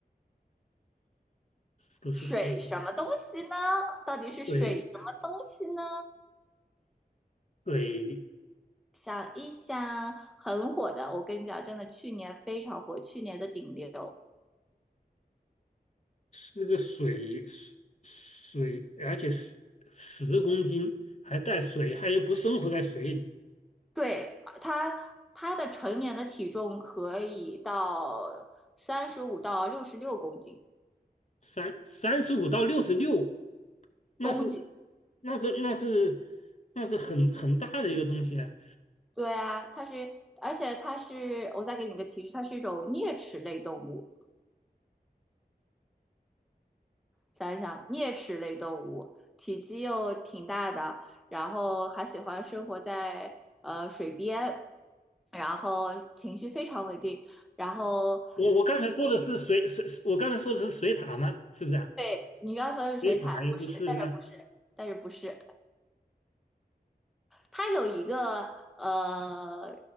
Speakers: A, on the left; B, in the centre.
A: 不是水獭，
B: 水什么东西呢？到底是水什么东西呢？
A: 水水。
B: 想一想，很火的，我跟你讲，真的，去年非常火，去年的顶流，
A: 那个水水，而且十十公斤还带水，它又不生活在水里，
B: 对，他他的成年的体重可以到三十五到六十六公斤，
A: 三三十五到六十六，那是
B: 公斤，
A: 那是那是那是很很大的一个东西啊！
B: 对啊，它是，而且它是，我再给你个提示，它是一种啮齿类动物，想一想，啮齿类动物，体积又挺大的，然后还喜欢生活在呃水边，然后情绪非常稳定，然后。
A: 我我刚才说的是水水，我刚才说的是水塔吗？是不是啊？
B: 对，你刚说是水獭，
A: 水塔也不是，
B: 不是，但是不是，
A: 那
B: 但是不是，它有一个呃